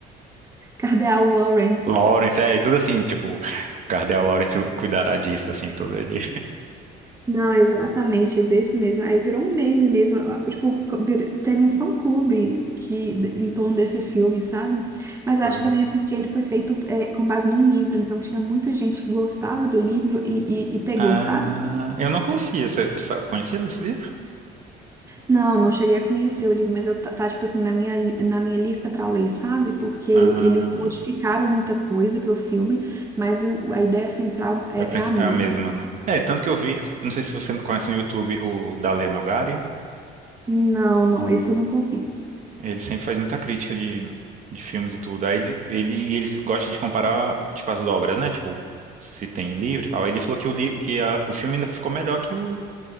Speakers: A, on the right (about 15°); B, on the right (about 45°).
A: Cadê a Lawrence?
B: Lawrence, é, e tudo assim, tipo, Cardeal Lawrence cuidará disso, assim, tudo ali.
A: Não, exatamente, desse mesmo. Aí virou um meme mesmo. Tipo, ficou- vir- teve um fã-clube que em torno desse filme, sabe? Mas eu
B: <laughs> Foi.
A: acho que também é porque ele foi feito é, com base num livro, então tinha muita gente que gostava do livro e, e, e pegou,
B: Ah,
A: sabe?
B: eu não conhecia, você você conhecia desse livro?
A: Não, não cheguei a conhecer o livro, mas eu tá, tá, tipo assim, na minha, li- na minha lista pra ler, sabe? Porque eles
B: Ah,
A: modificaram muita coisa pro filme, mas o, a ideia central é,
B: é a princ-
A: é a mesma.
B: é a mesma, né? É, tanto que eu vi, não sei se você conhece no YouTube o da Lê Nogari.
A: Não, não, esse eu nunca ouvi.
B: Ele sempre faz muita crítica de, de filmes e tudo. Aí ele, ele, e ele gosta de comparar, tipo, as obras, né? Tipo, se tem o livro e tal. Aí ele falou que o, li, que a- o filme ainda ficou melhor que o,